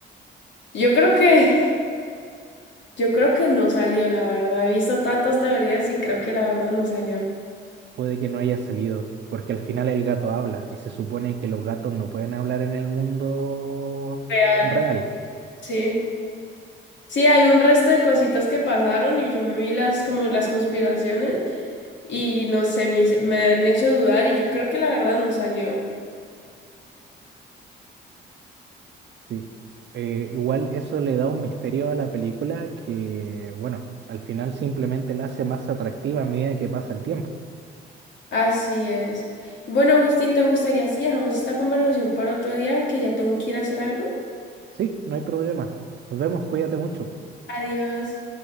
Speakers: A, on the left; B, on the right.
A: Yo creo que, yo creo que no salió, la verdad. He visto tantas teorías y creo que la verdad no salió.
B: Puede que no haya salido, porque al final el gato habla y se supone que los gatos no pueden hablar en el mundo
A: Real.
B: real.
A: Sí. Sí, hay un resto de cositas que pasaron y yo me vi las, como las conspiraciones y no sé, me, hice- me han hecho dudar y yo creo que la verdad no salió.
B: Sí. Eh, igual eso le da un misterio a la película que, bueno, al final simplemente la hace más atractiva a medida que pasa el tiempo.
A: Así es. Bueno, Agustín, ¿te gustaría si dejamos esta conversación para otro día? Que ya tengo que ir a hacer algo.
B: Sí, no hay problema. Nos vemos, cuídate mucho.
A: Adiós.